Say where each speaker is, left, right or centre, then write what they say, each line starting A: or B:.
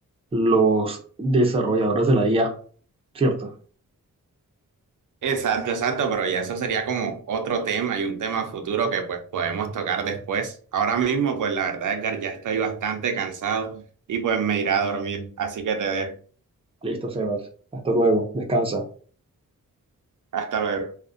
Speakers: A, on the right (about 15°); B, on the right (about 65°).
A: los desarrolladores de la IA, ¿cierto?
B: Exacto, exacto, pero ya eso sería como otro tema y un tema futuro que pues podemos tocar después. Ahora mismo, pues la verdad, Edgar, ya estoy bastante cansado y pues me iré a dormir, así que te dejo.
A: Listo, Sebas. Hasta luego. Descansa.
B: Hasta luego.